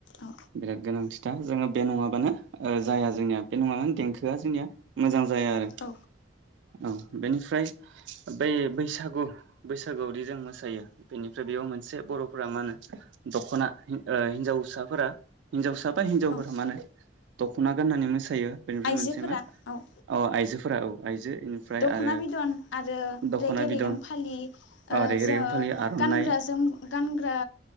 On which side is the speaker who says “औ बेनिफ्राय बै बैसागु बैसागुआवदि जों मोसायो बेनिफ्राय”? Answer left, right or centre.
Right